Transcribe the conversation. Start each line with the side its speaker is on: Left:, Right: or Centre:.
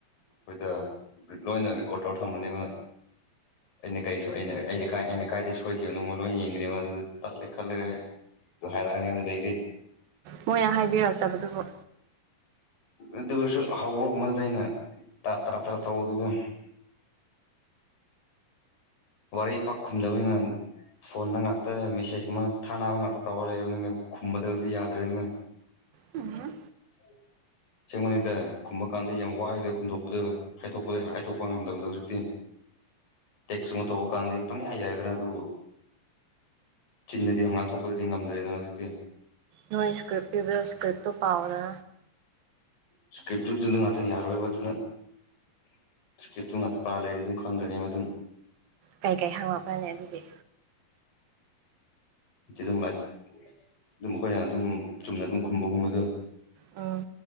Left: ꯑꯩꯈꯣꯏꯗ ꯂꯣꯏꯅ ꯔꯦꯀꯣꯔꯠ ꯇꯧꯔ ꯊꯝꯕꯅꯦꯕ ꯑꯩꯅ ꯀꯔꯤ ꯑꯩꯅ ꯀ ꯑꯩꯅ ꯀꯥꯏꯗ ꯁꯣꯏꯈꯤꯕꯅꯣꯉꯣ ꯂꯣꯏ ꯌꯦꯡꯗ꯭ꯉꯣ ꯑꯗꯨ ꯇꯠꯂꯦ ꯈꯜꯂꯒ ꯑꯗꯨ ꯍꯥꯏꯔꯛꯑꯅꯤ ꯑꯗꯨꯗꯩꯗꯤ
Right: ꯃꯣꯏꯅ ꯍꯥꯏꯕꯤꯔꯛꯇꯕꯗꯨꯕꯨ
Left: ꯑꯗꯨꯒꯁꯨ ꯍꯧꯕꯒꯨꯝꯕꯗ ꯑꯩꯅ ꯇꯔꯥ ꯇꯔꯥ ꯇꯧꯕ ꯑꯗꯨꯒ ꯋꯥꯔꯤ ꯄꯥꯛꯈꯨꯝꯗꯕꯅꯤꯅ ꯐꯣꯟꯗ ꯉꯥꯛꯇ ꯃꯦꯁꯦꯖ ꯉꯇ ꯊꯥꯅꯕ ꯉꯥꯛꯇ ꯇꯧꯔ ꯂꯩꯔꯕꯅꯤꯅ ꯈꯨꯝꯕꯗꯕꯨꯗꯤ ꯌꯥꯗ꯭ꯔꯦꯅꯤꯅ
Right: ꯑ
Left: ꯑ ꯁꯦꯡꯕꯅꯤꯩꯗ ꯈꯨꯝꯕ ꯀꯥꯟꯗ ꯌꯥꯝ ꯋꯥꯏꯗ ꯈꯨꯝꯗꯣꯛꯄꯗ ꯍꯥꯏꯗꯣꯛꯄꯗ ꯍꯥꯏꯗꯣꯛꯄ ꯉꯝꯗꯕꯗꯣ ꯍꯧꯖꯤꯛꯇꯤ ꯇꯦꯛꯁ ꯑꯃ ꯇꯧꯕ ꯀꯥꯟꯗꯤ ꯄꯪꯌꯥ ꯌꯥꯒꯗ꯭ꯔꯥ ꯑꯗꯨ ꯆꯤꯟꯅꯗꯤ ꯍꯪꯒꯥꯥꯡ ꯊꯣꯛꯄꯗꯗꯤ ꯉꯝꯗ꯭ꯔꯦꯗꯅ ꯍꯧꯖꯤꯛꯇꯤ
Right: ꯅꯣꯏ ꯏꯁꯀ꯭ꯔꯤꯞ ꯄꯤꯕ꯭ꯔꯣ ꯏꯁꯀ꯭ꯔꯤꯞꯇꯨ ꯄꯥꯎꯗ
Left: ꯏꯁꯀ꯭ꯔꯤꯞꯇꯨꯗꯨꯗ ꯉꯥꯛꯇꯪ ꯌꯥꯔꯣꯏꯕ ꯑꯗꯨꯅ ꯀꯦꯞꯇꯨ ꯉꯥꯛ ꯄ ꯂꯩꯔꯤ ꯑꯗꯨꯝ ꯈꯪꯒꯅꯦꯕ ꯑꯗꯨꯝ
Right: ꯀꯩꯀꯩ ꯍꯪꯉꯛꯄ꯭ꯔꯅꯦ ꯑꯗꯨꯗꯤ
Left: ꯆꯦꯗꯣꯡ ꯂꯥꯏꯠ ꯑꯗꯨꯝ ꯑꯩꯈꯣꯏꯅ ꯑꯗꯨꯝ ꯆꯨꯝꯅ ꯑꯗꯨꯝ ꯈꯨꯝꯕꯒꯨꯝꯕꯗꯣ
Right: ꯑꯥ